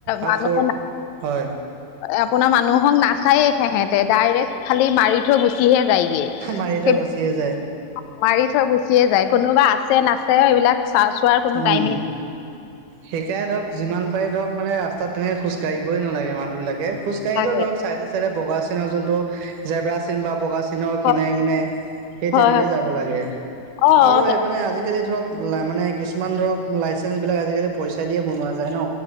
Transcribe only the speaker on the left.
মানুহ
আপোনাৰ মানুহক নাচায়ে সেহেঁতে ডাইৰেক্ট খালি মাৰি থৈ গুচিহে যায়গে।
সেইবিলাক
মাৰি থৈ গুচিয়ে যায় কোনোবা আছে নাছে এইবিলাক চা চোৱাৰ কোনো
টাইমিং
তাকে
হয়
হয়
অ